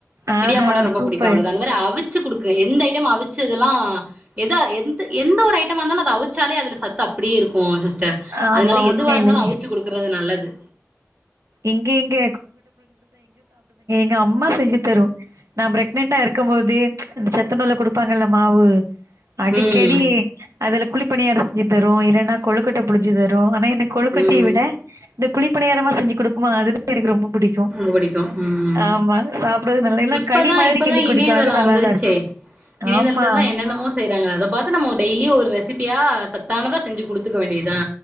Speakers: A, on the right (about 75°); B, on the right (about 35°).
A: ஆஹா
B: இடியாப் போனா ரொம்ப
A: சூப்பர்
B: புடிக்கு அவளுக்கு அந்த மாரி அவிச்சு குடுக்கு எந்த ஐட்டம் அவிச்சதெல்லா எதா எந்து எந்த ஒரு ஐட்டமாருந்தாலு அத அவிச்சாலே அதுல சத்து அப்டியே இருக்கு சிஸ் டர்
A: ஆமா
B: அதனால
A: உண்மையிலே
B: எதுவா இருந்தாலு அவிச்சு குடுக்கறது நல்லது
A: இங்க எங்க எங்கம்மா செஞ்சு தரு நா ப்ரக்னென்டா இருக்கும்போதே அந்த சத்துணவுல குடுப்பாங்கல்ல மாவு அடிக்கடி
B: ம்
A: அதுல குழிப்பணியாரோ செஞ்சு தரு இல்லைனா கொழுக்கட்ட புடிச்சு தரு ஆனா கொழுக்கட்டய
B: ம்
A: விட இந்த குழி பணியாரமா செஞ்சு குடு ஆமா அது தா எனக்கு ரொம்ப புடிக்கு
B: ம்ப புடிக்கு உம்
A: ஆமா சாப்டறது நல்லா இல்ல
B: இப்ப
A: களி
B: தா
A: மாதிரி
B: இப்ப
A: கிண்டி
B: தா
A: குடிக்கு
B: இணையதளோ
A: அது நல்லாதா
B: வந்துருச்சே
A: இருக்கு
B: இணையதளத்துல
A: ஆமா
B: தா என்னென்னமோ செய்யறாங்க அத பாத்து நம்மோ டெய்லியு ஒரு ரெசிப் பியா சத்தானதா செஞ்சு குடுத்துக்க வேண்டியதா